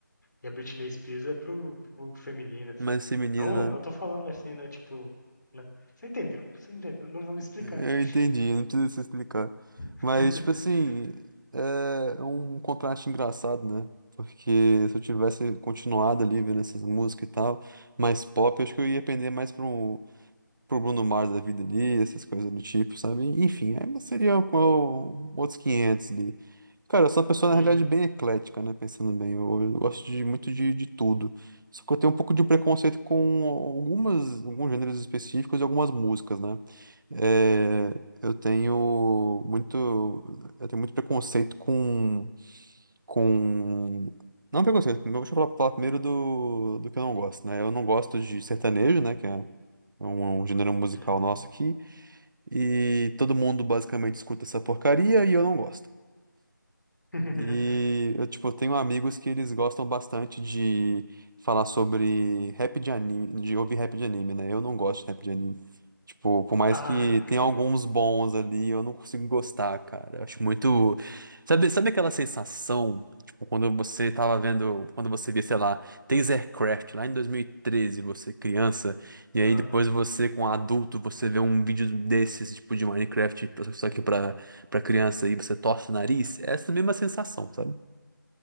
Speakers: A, on the left; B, on the right.
A: E a Britney Spears é pro, pro público feminino, assim.
B: Mais feminino,
A: Não,
B: né?
A: não tô falando assim, né? Tipo. né? Você entendeu? Você entendeu? Não vou me explicar
B: Eu
A: aqui.
B: entendi, não precisa se explicar.
A: <laughs>
B: Mas, tipo assim, é um contraste engraçado, né? Porque se eu tivesse continuado ali vendo essas músicas e tal, mais pop, eu acho que eu ia pender mais pro, pro Bruno Mars da vida ali, essas coisas do tipo, sabe? Enfim, aí seria qual, outros 500 ali. Cara, eu sou uma pessoa,
A: Sim.
B: na realidade, bem eclética, né? Pensando bem, eu, eu gosto de muito de, de tudo. Só que eu tenho um pouco de preconceito com algumas, alguns gêneros específicos e algumas músicas, né? É, eu tenho muito, eu tenho muito preconceito com, com, não preconceito, deixa eu falar, falar primeiro do, do que eu não gosto, né? Eu não gosto de sertanejo, né? Que é um, um gênero musical
A: Uhum.
B: nosso aqui, e todo mundo basicamente escuta essa porcaria e eu não gosto.
A: <laughs>
B: E eu, tipo, tenho amigos que eles gostam bastante de falar sobre rap de anime, de ouvir rap de anime, né? Eu não gosto de rap de anime. Tipo, por mais
A: Ai,
B: que tenha
A: cara.
B: alguns bons ali, eu não consigo gostar, cara. Eu acho muito. Sabe, sabe aquela sensação, tipo, quando você tava vendo, quando você via, sei lá, Tasercraft lá em 2013, você criança, e aí
A: Aham.
B: depois você, com adulto, você vê um vídeo desses, tipo, de Minecraft, só que pra pra criança e você torce o nariz, é essa mesma sensação, sabe?